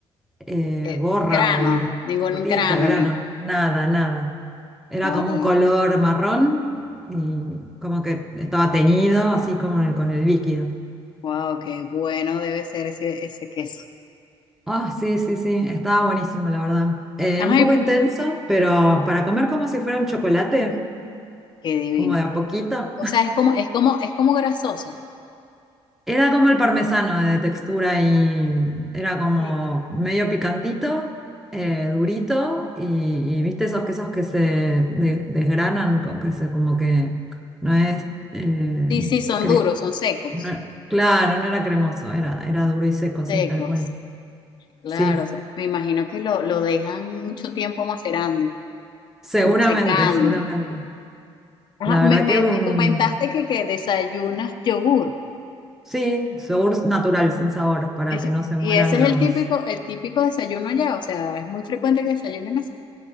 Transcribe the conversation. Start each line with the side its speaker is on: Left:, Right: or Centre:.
Centre: eh,
Left: Eh,
Centre: borra
Left: grano,
Centre: o virutita,
Left: ningún grano,
Centre: grano,
Left: ni.
Centre: nada, nada. Era
Left: Wow,
Centre: como un color marrón y como que estaba teñido, así como en el- con el líquido.
Left: wow, qué bueno debe ser ese, ese queso.
Centre: Ah, sí, sí, sí, estaba buenísimo, la verdad. Eh,
Left: ay
Centre: un poco intenso, pero para comer como si fuera un chocolate,
Left: qué divino.
Centre: como de a poquito.
Left: O sea, es como, es como, es como grasoso.
Centre: Era como el parmesano de textura y mm, era como
Left: Sí.
Centre: medio picantito, eh, durito y, y viste esos quesos que se de- desgranan, co- que se, como que no es, eh,
Left: Sí, sí, son
Centre: cre-
Left: duros, son secos,
Centre: no e- claro, no era cremoso, era, era duro y seco,
Left: secos.
Centre: sí, tal cual.
Left: Claro,
Centre: Sí,
Left: o sea, me imagino que lo, lo dejan mucho tiempo macerando,
Centre: seguramente,
Left: secando.
Centre: seguramente.
Left: Ajá,
Centre: La
Left: me,
Centre: verdad
Left: me,
Centre: que un,
Left: me comentaste que, que desayunas yogur.
Centre: sí, yogur natural, sin sabor, para
Left: Eso-
Centre: que no se
Left: y
Centre: mueran
Left: ese es
Centre: los...
Left: el típico, el típico desayuno allá. O sea, es muy frecuente que desayunen así.